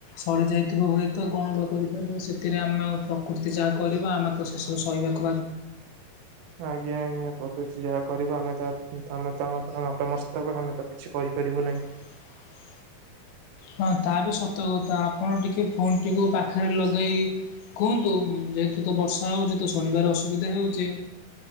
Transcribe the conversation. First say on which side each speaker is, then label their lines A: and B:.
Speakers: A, on the left; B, on the right.
A: ସରିଯାଇଥିବା ହୁଏତ କଣ ବା କରିପାରିବ ସେଥିରେ ଆମେ ପ୍ରକୃତି ଯାହା କରିବା ଆମେ ତ ସେସବୁ ସହିବା <inaudible>
B: ଆଜ୍ଞା ଆଜ୍ଞା ପ୍ରକୃତି ଯାହା କରିବ ଆମେ ତା ଆଗରେ ନତ ମସ୍ତ ହେବ ଆମେ ତ କିଛି କରିପାରିବୁ ନାହିଁ।
A: <inaudible> ହଁ ତା ବି ସତ କଥା ଆପଣ ଟିକେ ଫୋନ୍ ଟୀକୁ ପାଖରେ ଲଗାଇ କୁହନ୍ତୁ ଯେହେତୁ ତ ବର୍ଷା ହୋଉଛି ତ ଶୁଣିବାରେ ଅସୁବିଧା ହେଉଛି।